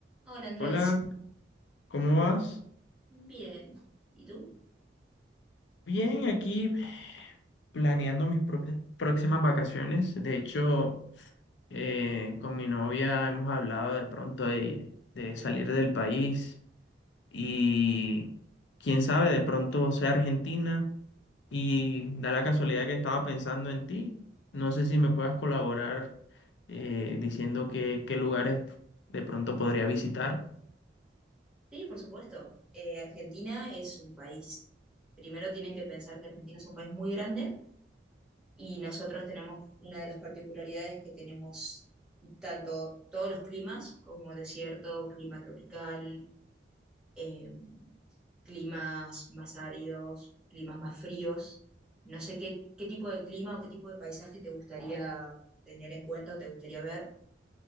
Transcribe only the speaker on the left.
Hola, ¿cómo vas?
Bien, aquí planeando mis propias- próximas vacaciones. De hecho, eh, con mi novia hemos hablado de pronto de, de salir del país y quién sabe, de pronto sea Argentina y da la casualidad que estaba pensando en ti. No sé si me puedas colaborar eh, diciendo qué qué lugares de pronto podría visitar.